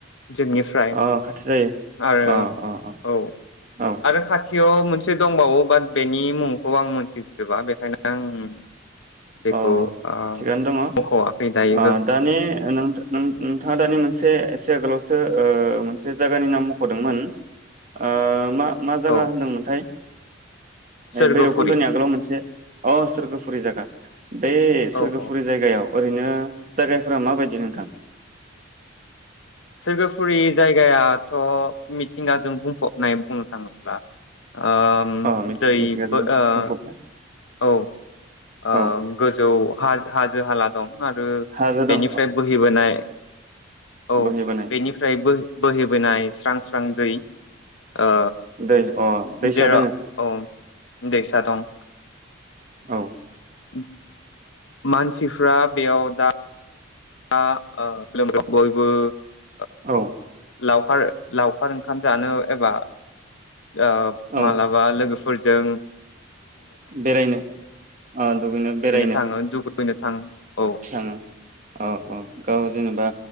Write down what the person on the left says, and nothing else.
जोंनिफ्राय
आरो
औ
आरो खाथि याव मोनसे दंबावो बाट बेनि मुंखौ आं मोनथि गोबाङा बेखायनो आं बेखौ
ओ
मख'वाखै दायो
औ
सोरगोफुरि
औ
औ
सोरगोफुरि जायगायाथ' मिथिंगाजों बुंफबनाय बुंनो थाङोब्ला ओम
दै
फो ओ
औ ओह
गोजौ हाज हाजो हाला दं आरो
बेनिफ्राय बोहैबोनाय औ
बेनिफ्राय बोहैबोनाय स्रां स्रां दै ओ
जेराव
औ दैसा दं
उह मानसिफ्रा बेयाव दा दा <unintelligible>
लावखार लावखार ओंखाम जानो एबा ओह
मालाबा लोगोफो फोरजों
थाङो दुगैनो थाङो औ